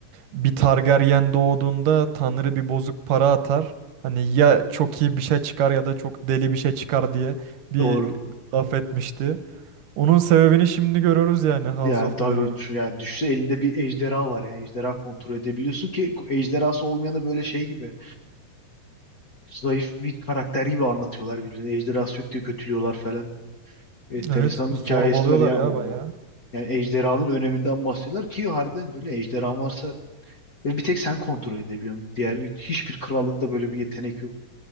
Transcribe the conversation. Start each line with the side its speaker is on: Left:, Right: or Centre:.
Right: bir Targaryen doğduğunda Tanrı bir bozuk para atar. Hani ya çok iyi bir şey çıkar
Left: hı.
Right: ya da çok deli bir şey çıkar diye bir
Left: Doğru.
Right: laf etmişti. Onun sebebini şimdi görüyoruz yani House
Left: Ya
Right: of
Left: tabii
Right: the Dragons.
Left: şu yani düşse elinde bir ejderha var yani ejderha kontrol edebiliyorsun ki ejderhası olmayanı böyle şey gibi zayıf bir karakter gibi anlatıyorlar birbirine. Ejderhası yok diye kötülüyorlar falan. enteresan
Right: Evet zorbalıyorlar
Left: bir hikayesi var. Yani
Right: ya
Left: o
Right: bayağı.
Left: yani ejderhanın öneminden bahsediyorlar ki harbiden de öyle ejderhan varsa ve bir tek sen kontrol edebiliyorsun. Diğer hiçbir krallıkta böyle bir yetenek yok.